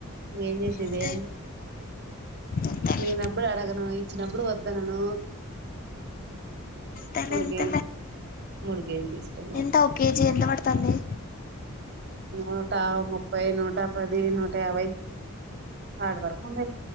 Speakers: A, on the right; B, on the left.
A: ఏంచేసేదే
B: అంతేలే అంతేలే
A: ఈయనప్పుడు అడగను ఈ చిినప్పుడు వద్దనను
B: ఎంత
A: మూడు
B: ఎంత
A: కేజీలు మూడు కేజీలు తీసుకోమోక
B: ఎంతా ఓ కేేజీ ఎంత మట తన్నీ
A: నూట ముప్పై నూట పది నూట యాభై హార్డ్ వర్క్ ఉండ